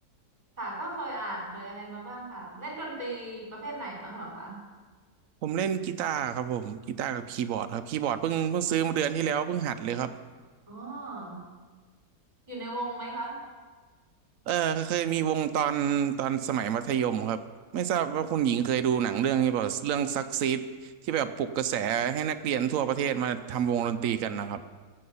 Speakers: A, on the right (about 25°); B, on the right (about 65°).
A: ค่ะก็เคยอ่านเคยอะไรมาบ้างค่ะเล่นดนตรีประเภทไหนบ้างเหรอคะ
B: ผมเล่นกีตาร์ครับผมกีตาร์กับคีย์บอร์ดครับคีย์บอร์ดเพิ่งเพิ่งซื้อมาเดือนที่แล้วเพิ่งหัดเลยครับ
A: อ๋ออยู่ในวงไหมคะ
B: เออเคยมีวงตอนตอนสมัยมัธยมครับไม่ทราบว่าคุณหญิงเคยดูหนังเรื่องนี้เปล่าเรื่องซักซีดที่แบบปลุกกระแสให้นักเรียนทั่วประเทศมาทำวงดนตรีกันนะครับ